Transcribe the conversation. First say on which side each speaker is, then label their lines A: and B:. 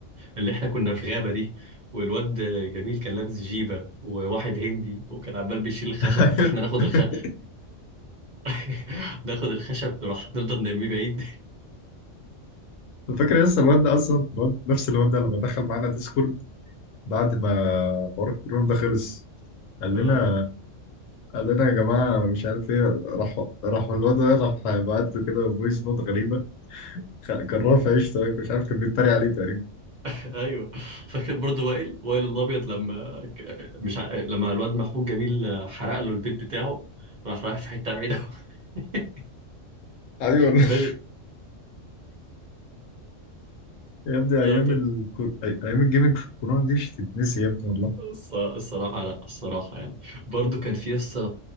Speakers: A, on the right; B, on the left.
A: اللي احنا كنا في غابة دي والواد جميل كان لابس جيبة وواحد هندي وكان عمال بيشيل الخشب
B: <laughs>
A: فاحنا ناخد الخ... <laughs> ناخد الخشب نروح نفضل نرميه بعيد
B: فاكر لسه الواد ده اصلا الواد نفس الواد ده لما دخل معانا ديسكورد بعد ما حوار الكورونا ده خلص قال
A: <laughs>
B: لنا قال لنا يا جماعه مش عارف ايه راح راح الواد ده راح بعت له كده فويس نوت غريبه خ- كرهه في عيشته مش عارف كان بيتريق عليه تقريبا
A: ايوه فاكر برضو وائل وائل الابيض لما ك- مش ع... لما الواد محمود جميل حرق له البيت بتاعه راح رايح في حته بعيده <laughs>
B: ايوه <laughs>
A: بادئ
B: يا ابني
A: آه،
B: ايام
A: ط-
B: الكور... أي- ايام الجيمنج في الكورونا دي مش هتتنسي يا ابني والله
A: الص- الصراحه لا الصراحه يعني برضو كان في قصه